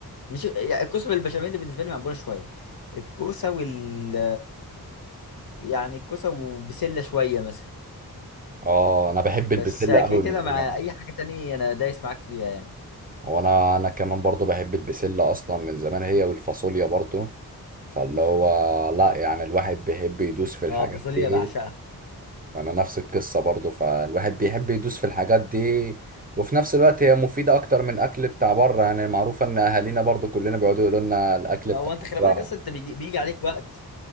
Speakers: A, on the left; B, on the right.
A: مش يعني الكوسة بالبشاميل اللي بالنسبة لي مقبولة شوية الكوسة وال يعني الكوسة وبسلة شوية مثلا
B: اه انا بحب
A: بس
B: البسلة
A: كده
B: قوي
A: كده
B: من زمان
A: مع أي حاجة تانية أنا دايس معاك فيها يعني
B: وانا انا كمان برضو بحب البسلة اصلا من زمان هي والفاصوليا برضو فاللي هو لا يعني الواحد بيحب يدوس في الحاجات
A: اه فاصوليا
B: دي
A: بعشقها
B: انا نفس القصة برضو فالواحد بيحب يدوس في الحاجات دي وفي نفس الوقت هي مفيدة اكتر من الاكل بتاع بره يعني المعروفة ان اهالينا برضو كلنا بيقعدوا يقولوا لنا الاكل
A: هو
B: بتاع
A: انت خلي
B: بره
A: بالك اصلا انت بيجي, بيجي عليك وقت